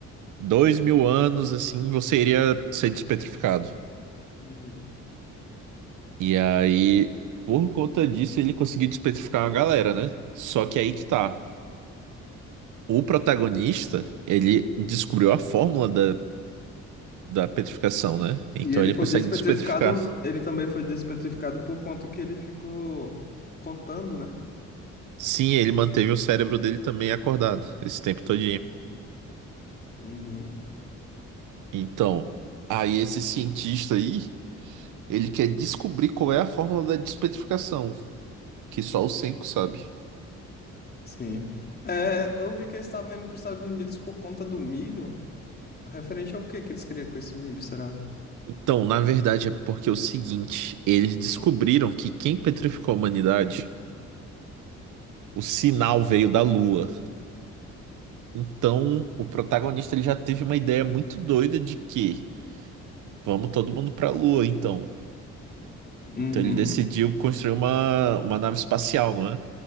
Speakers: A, on the right; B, on the left.
A: dois mil anos, assim, você iria ser despetrificado.
B: Uhum.
A: E aí, por conta disso, ele conseguiu despetrificar uma galera, né? Só que aí que tá. O protagonista, ele descobriu a fórmula da, da petrificação, né? Então
B: E ele
A: ele
B: foi
A: consegue
B: despetrificado,
A: despetrificar.
B: ele também foi despetrificado por conta que ele ficou contando, né?
A: Sim, ele manteve o cérebro dele também acordado esse tempo todo.
B: Uhum.
A: Então, aí esse cientista aí, ele quer descobrir qual é a fórmula da despetrificação, que só o Senko sabe.
B: Sim. É, eu vi que eles estavam indo para os Estados Unidos por conta do milho. Referente ao que que eles queriam com esse milho, será?
A: Então, na verdade, é porque é o seguinte, eles descobriram que quem petrificou a humanidade, o sinal veio da Lua. Então, o protagonista ele já teve uma ideia muito doida de que vamos todo mundo pra Lua, então.
B: Uhum.
A: Então ele decidiu construir uma, uma nave espacial, não é?